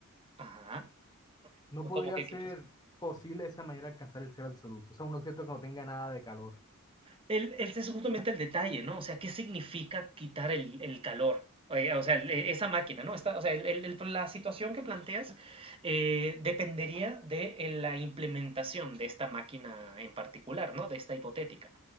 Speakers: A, on the right; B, on the left.
A: ajá,
B: No podría
A: como que,
B: ser
A: que pues,
B: posible de esa manera alcanzar el cero absoluto, o sea, un objeto que no tenga nada de calor.
A: el, el- es justamente el detalle, ¿no? O sea, ¿qué significa quitar el, el calor? Oye, O sea, el- e- esa máquina, ¿no? Está, o sea, el- el- el- la situación que planteas eh, dependería de eh, la implementación de esta máquina en particular, ¿no? De esta hipotética.